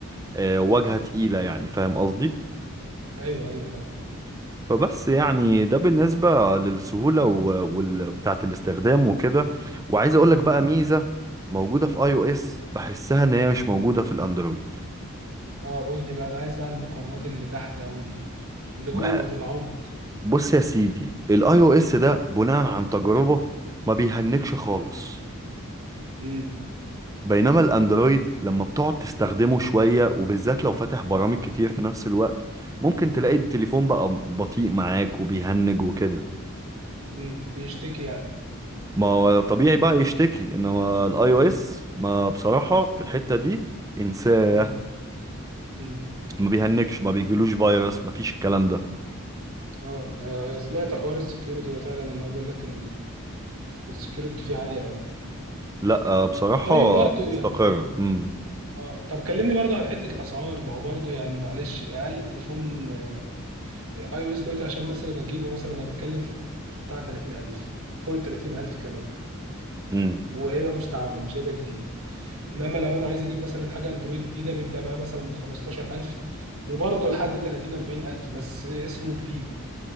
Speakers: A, on the right (about 15°); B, on the right (about 75°).
A: آه، واجهة تقيلة يعني فاهم قصدي
B: ايوه ايوه فاهم
A: فبس يعني ده بالنسبة للسهولة و- وال- وبتاعة الاستخدام وكده وعايز اقولك
B: مم.
A: بقى ميزة موجودة في اي او اس بحسها ان هي مش موجودة في الاندرويد
B: اه قول لي بقى انا عايز بقى المقارنات اللي تحت قوي دي اللي
A: بح-
B: جوه في العمق
A: بص يا سيدي الاي او اس ده بناء عن تجربة ما بيهنكش خالص
B: امم
A: بينما الاندرويد لما بتقعد تستخدمه شوية وبالذات لو فاتح برامج كتير في نفس الوقت ممكن تلاقي
B: امم
A: التليفون بقى بطيء معاك وبيهنج وكده
B: امم بيشتكي يعني
A: ما هو طبيعي بقى يشتكي انما الاي
B: امم
A: او اس ما بصراحة في الحتة دي انساه
B: امم امم
A: ما بيهنكش ما بيجيلوش فيروس ما فيش الكلام ده
B: اه آه، سمعت حوار السكيورتي ده فعلا ان هو بيقول لك السكيورتي فيه عاليه قوي
A: لا بصراحة
B: طيب برضو
A: مستقر
B: يعني
A: امم
B: اه طب كلمني برضو عن حته الاسعار ما هو برضو يعني معلش اقل تليفون آه، اي او اس دلوقتي عشان مثلا اجيبه مثلا انا بتكلم في بتاع 30000 فوق ال 30000 كمان
A: امم
B: وهيبقى مستعمل مش هيبقى جديد انما لو انا عايز اجيب مثلا حاجه اندرويد جديده بيبدا معايا مثلا من 15000 وبرضه لحد 30 40000 بس اسمه جديد